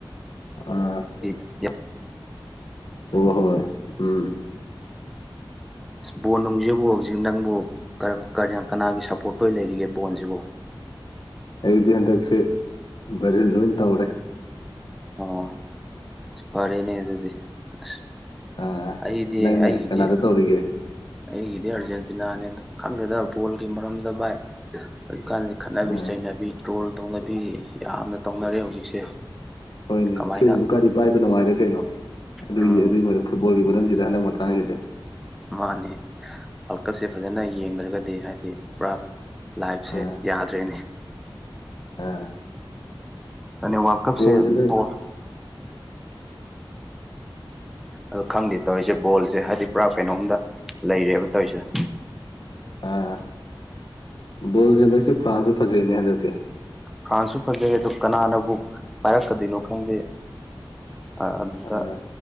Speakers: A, on the left; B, in the centre.
A: ꯑ
B: <unintelligible>
A: ꯑꯣ ꯍꯣꯏ ꯎꯝ
B: ꯕꯣꯟ ꯅꯨꯡꯖꯤꯕꯨ ꯍꯧꯖꯤꯛ ꯅꯪꯕꯨ ꯀꯔꯝ ꯀꯔꯥ ꯀꯅꯥꯒꯤ ꯁꯞꯄꯣꯔꯠꯇꯣꯏ ꯂꯩꯔꯤꯒꯦ ꯕꯣꯟꯖꯤꯕꯨ
A: ꯑꯩꯗꯤ ꯍꯟꯗꯛꯁꯦ ꯕ꯭ꯔꯥꯖꯤꯜꯗ ꯑꯣꯏ ꯇꯧꯔꯦ
B: ꯑꯣ ꯐꯔꯦꯅꯦ ꯑꯗꯨꯗꯤ ꯑꯁ
A: ꯑꯥ
B: ꯑꯩꯗꯤ
A: ꯅꯪꯅꯦ
B: ꯑꯩꯒꯤꯗꯤ
A: ꯀꯅꯥꯗ ꯇꯧꯔꯤꯒꯦ
B: ꯑꯩꯒꯤꯗꯤ ꯑꯥꯔꯖꯦꯟꯇꯤꯅꯥꯅꯦꯅ ꯈꯪꯗꯦꯗꯥ ꯕꯣꯜꯒꯤ ꯃꯔꯝꯗ ꯚꯥꯏ ꯍꯧꯖꯤꯛ ꯀꯥꯟꯁꯦ ꯈꯠꯅꯕꯤ
A: ꯑꯥ
B: ꯆꯩꯅꯕꯤ ꯇ꯭ꯔꯣꯜ ꯇꯧꯅꯕꯤ ꯌꯥꯝꯅ ꯇꯧꯅꯔꯦ ꯍꯧꯖꯤꯛꯁꯦ
A: ꯍꯣꯏꯅꯦ
B: ꯀꯃꯥꯏꯅ
A: ꯐꯦꯁꯕꯨꯛꯀꯥꯗꯤ ꯄꯥꯏꯕ ꯅꯨꯡꯉꯥꯏꯔꯦ ꯀꯩꯅꯣ ꯑꯗꯨꯒꯤ
B: ꯎꯝ
A: ꯑꯗꯨꯏ ꯃꯔꯝ ꯐꯨꯠꯕꯣꯜꯒꯤ ꯃꯔꯝ ꯁꯤꯗ ꯍꯟꯗꯛ ꯃꯇꯥꯡꯁꯤꯗꯤ
B: ꯃꯥꯅꯦ ꯋꯥꯔꯜ ꯀꯞꯁꯦ ꯐꯖꯅ ꯌꯦꯡꯗ꯭ꯔꯒꯗꯤ ꯍꯥꯏꯗꯤ ꯄꯨꯔꯥ ꯂꯥꯏꯐꯁꯦ
A: ꯑꯥ
B: ꯌꯥꯗ꯭ꯔꯦꯅꯦ
A: ꯑꯥ
B: ꯑꯅꯦ ꯋꯥꯔꯜ ꯀꯞꯁꯦ
A: ꯕꯣꯜꯁꯤꯅ
B: ꯕꯣꯜ ꯑꯗꯨ ꯈꯪꯗꯦ ꯇꯧꯔꯤꯁꯦ ꯕꯣꯜꯁꯦ ꯍꯥꯏꯗꯤ ꯄꯨꯔꯥ ꯀꯩꯅꯣꯝꯗ ꯂꯩꯔꯦꯕ ꯇꯣꯏꯁꯦ
A: ꯑꯥ ꯕꯣꯜꯁꯦ ꯍꯟꯗꯛꯁꯦ ꯐ꯭ꯔꯥꯟꯁꯁꯨ ꯐꯖꯩꯅꯦ ꯍꯟꯗꯛꯇꯤ
B: ꯐ꯭ꯔꯥꯟꯁꯁꯨ ꯐꯖꯩ ꯑꯗꯣ ꯀꯅꯥꯅꯕꯨ ꯄꯥꯏꯔꯛꯀꯗꯣꯏꯅꯣ ꯈꯪꯗꯦ ꯑꯥ ꯑꯗꯨꯗ
A: ꯑꯥ